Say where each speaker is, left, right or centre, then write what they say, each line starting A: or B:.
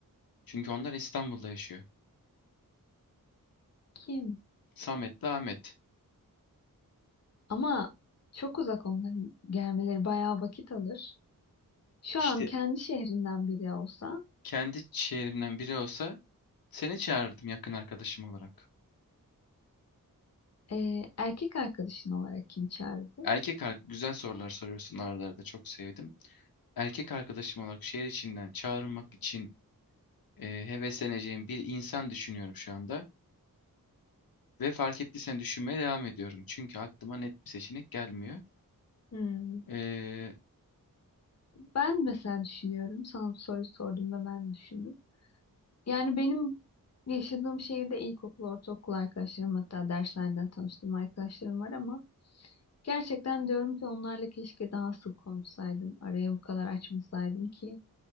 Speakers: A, on the left; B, on the left.
A: Çünkü onlar İstanbul'da yaşıyor.
B: kim?
A: Samet'le Ahmet.
B: Ama çok uzak onların gelmeleri bayağı vakit alır. Şu
A: İşte.
B: an kendi şehrinden biri olsa
A: kendi şehrimden biri olsa seni çağırırdım yakın arkadaşım olarak.
B: e, erkek arkadaşın olarak kim çağırırdın?
A: Erkek ar- güzel sorular soruyorsun arada arada çok sevdim. Erkek arkadaşım olarak şehir içinden çağırmak için e, hevesleneceğim bir insan düşünüyorum şu anda. Ve fark ettiysen düşünmeye devam ediyorum. Çünkü aklıma net bir seçenek gelmiyor.
B: Hmm.
A: E,
B: Ben mesela düşünüyorum. Sana bu soruyu sorduğumda ben düşündüm. Yani benim yaşadığım şehirde ilkokul, ortaokul arkadaşlarım hatta derslerden tanıştığım arkadaşlarım var ama gerçekten diyorum ki onlarla keşke daha sık konuşsaydım. Araya bu kadar açmasaydım ki